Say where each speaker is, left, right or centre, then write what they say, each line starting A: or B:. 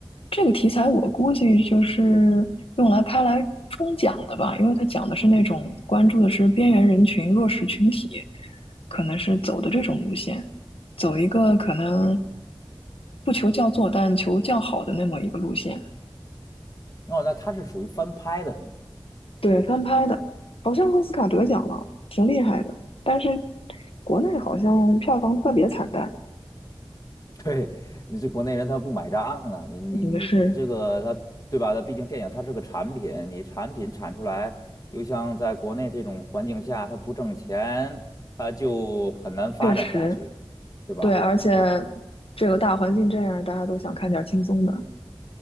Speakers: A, on the left (about 85°); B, on the left (about 40°).
A: 这个题材我估计就是用来拍来冲奖的吧，因为它讲的是那种关注的是边缘人群、弱势群体，可能是走的这种路线，走一个可能不求叫座，但求叫好的那么一个路线。
B: 哦，那它是属于翻拍的是吗？
A: 对，翻拍的，好像奥斯卡得奖了，挺厉害的。但是国内好像票房特别惨淡，
B: <laughs> 对，你这国内人他不买账啊，你你你你这个他对吧？
A: 嗯，是
B: 他毕竟电影它是个产品，你产品产出来，又像在国内这种环境下，他不挣钱，他就很难发展下去，
A: 确实
B: 对吧？
A: 对，而且这个大环境这样，大家都想看点轻松的，